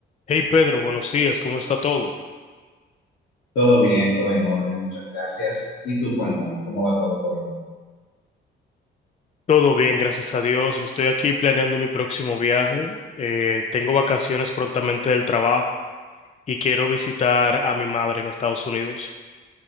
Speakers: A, on the left; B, on the left.
A: Hey Pedro, buenos días, ¿cómo está todo?
B: Todo bien, todo en orden, muchas gracias. Y tú cuéntame, ¿cómo va todo por ahí?
A: Todo bien, gracias a Dios. Estoy aquí planeando mi próximo viaje. Eh, tengo vacaciones prontamente del trabajo y quiero visitar a mi madre en Estados Unidos.